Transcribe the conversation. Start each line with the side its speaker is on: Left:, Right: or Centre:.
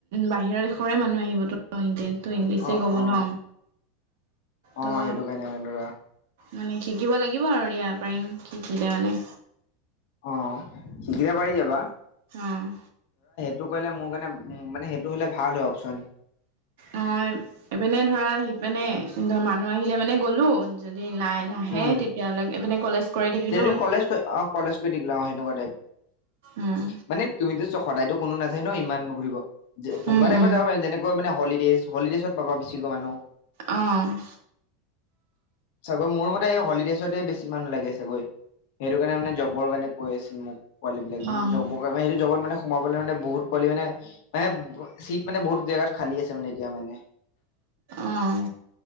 Right: বাহিৰৰ। ঘৰে মানুহ আহিব। ত ইংলিছে
Left: অ
Right: কব
Left: অ
Right: ন
Left: অ
Right: ত
Left: সেইটো কাৰণে মানে ধৰা
Right: মানে শিকিব লাগিব আৰু ইয়াাৰ পাৰিম শিকিলে মানে।
Left: অ', গিৰাবাৰী যাবা।
Right: অহ',
Left: টো কৰিলে মোৰ কাৰণে মানে সেইটো হ'লে ভাল হয় অপশচন।
Right: অ', এইপিনে ধৰা আহিপিনে ধ মানুহ আহিলে মানে গ'লো। যদি নাই নাহে
Left: উম
Right: তেতিয়ালৈকে ইপিনে কলেজ কৰি থাকিলো।
Left: যেতিয়া তুমি কলেজ অ কলেজ কৰি থাকিলা অ সেনেকুৱা টাইপ
Right: উম,
Left: মানে তুমিতো চ সদায়তো কোনো নাযায়ে ন ইমান নুঘুৰিব যে কোনোবা
Right: উম,
Left: টাইমত
Right: উম,
Left: যাব পাৰিম যেনেকৈ মানে। হলিডেজ-হলিডেজত পাবা বছিকৈ মানুহ।
Right: অহ',
Left: চাগৈ মোৰ মতে এই হলিডেজতে বেছি মানুহ লাগে চাগৈ সেইটো কাৰণে মানে জবৰ কাৰণে কৈ আছিল মোক। পোৱালী বিলাক মানে
Right: অ',
Left: জব - জবত মানে সোমাব মান বহুত পোৱালি মানে মানে চিট মানে বহুত জেগাত খালী আছে মানে এতিয়া মানে।
Right: অ',